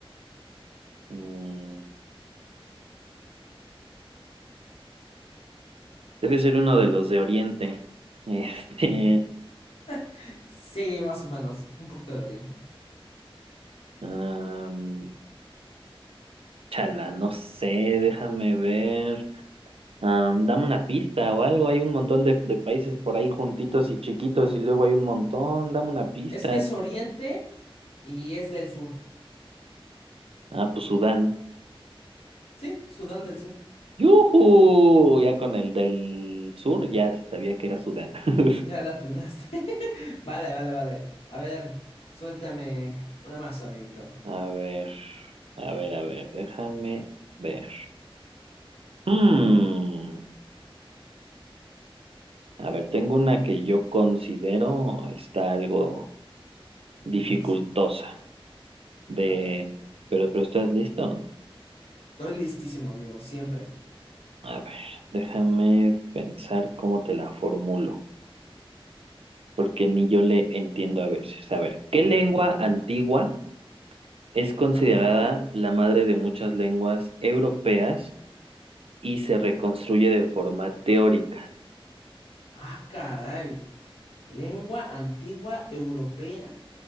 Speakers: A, on the right; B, on the left.
A: mm, debe ser uno de los de Oriente. <laughs> Este,
B: <laughs> Sí, más o menos, un poquito de Oriente.
A: am, chala, no sé, déjame ver. Am, dame una pista o algo. Hay un montón de, de países por ahí juntitos y chiquitos y luego hay un montón. Dame una pista.
B: Es que es Oriente y es del sur.
A: Ah, pues Sudán.
B: Sí, Sudán del Sur.
A: ¡Yujú! Ya con el del sur ya sabía que era Sudán. <laughs>
B: Ya la atinaste. <laughs> Vale, vale, vale. A ver, suéltame una más, amiguito.
A: A ver, a ver, a ver, déjame ver. Hmm, A ver, tengo una que yo considero está algo dificultosa
B: Difícil.
A: de...
B: A ver.
A: Pero, pero ¿estás listo?
B: Estoy listísimo, amigo, siempre.
A: A ver, déjame pensar cómo te la formulo, porque ni yo le entiendo a veces. A ver, ¿qué lengua antigua es considerada
B: Ajá.
A: la madre de muchas lenguas europeas? y se reconstruye de forma teórica.
B: Ah, caray. Lengua antigua europea